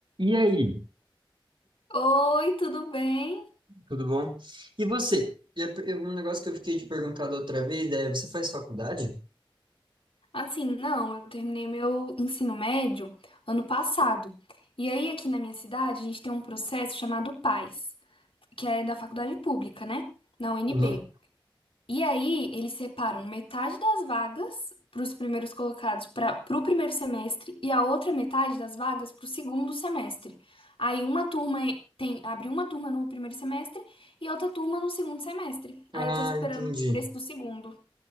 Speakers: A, on the right (about 60°); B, on the left (about 85°).
A: E aí?
B: Oi, tudo bem?
A: Tudo bom? E você? E a per- um negócio que eu fiquei te perguntado outra vez é, você faz faculdade?
B: Assim, não, eu terminei meu ensino médio ano passado. E aí, aqui na minha cidade, a gente tem um processo chamado PAS, que é da faculdade pública, né? Na UNB.
A: Uhum.
B: E aí, eles separam metade das vagas para os primeiros colocados para o primeiro semestre e a outra metade das vagas para o segundo semestre. Aí, uma turma tem, abre uma turma no primeiro semestre e outra turma no segundo semestre.
A: Ah,
B: Aí, eu tô esperando
A: entendi.
B: esse do segundo.